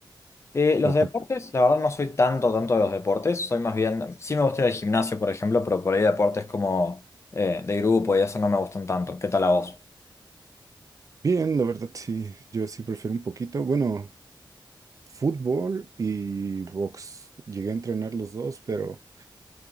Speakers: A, on the left (about 35°); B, on the right (about 40°).
A: Eh, los
B: o, o
A: deportes,
B: tú.
A: la verdad no soy tanto, tanto de los deportes. Soy más bien, sí me gusta ir al gimnasio, por ejemplo, pero por ahí deportes como eh, de grupo y eso no me gustan tanto. ¿Qué tal a vos?
B: Bien, la verdad sí, yo sí prefiero un poquito, bueno, fútbol y box. Llegué a entrenar los dos, pero